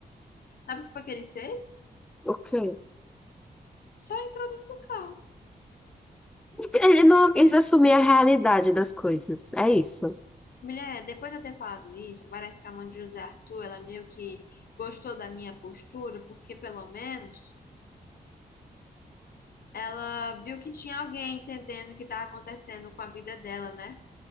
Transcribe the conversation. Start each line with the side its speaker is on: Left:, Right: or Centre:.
Left: Sabe o que foi que ele fez?
Centre: O quê?
Left: Só entrou dentro do carro.
Centre: Ele não quis assumir a realidade das coisas, é isso.
Left: Mulher, depois de eu ter falado isso, parece que a mãe de José Arthur, ela meio que gostou da minha postura, porque pelo menos ela viu que tinha alguém entendendo o que estava acontecendo com a vida dela, né?